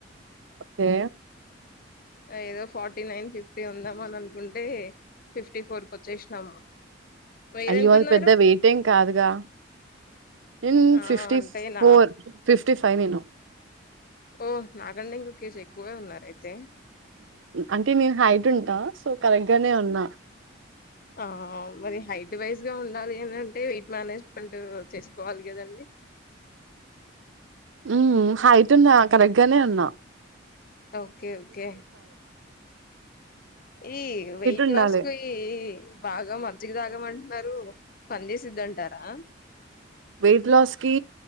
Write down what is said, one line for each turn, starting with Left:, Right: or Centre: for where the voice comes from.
Right: ఓకే
Left: ఏదో ఫార్టీ నైన్ ఫిఫ్టీ ఉందామ అని అనుకుంటే ఫిఫ్టీ ఫోర్ క వచ్చేసినాము మీరెంతున్నారు
Right: అయ్యోళ పెద్ద వెయిట్ ఏం కాదుగా ఇన్
Left: ఆ
Right: ఫిఫ్టీ
Left: అంటేనా
Right: ఫోర్ ఫిఫ్ ఫైవన్ను
Left: ఓ నాగండ ఇంకకేష్ ఎక్కువే ఉన్నారు అయితే
Right: అంటే నేను హైట్ ఉంటా సో కరెక్ట్ గానే ఉన్నా
Left: ఆ మరి హైట్ వైజ్గా ఉండాలి అనింటే వెయిట్ మేనేజ్మెంట్ చేసుకోవాలి కదండి
Right: ఉ హైట్ ఉన్నా కరెక్ట్ గానే ఉన్నా
Left: ఓకే ఓకే ఈ వెయిట్
Right: ఉండాలి.
Left: లాస్ కు ఈ బాగా మజ్జిగ తాగమంటున్నారు పని చేసిద్దంటారా
Right: వెయిట్ లాస్ కి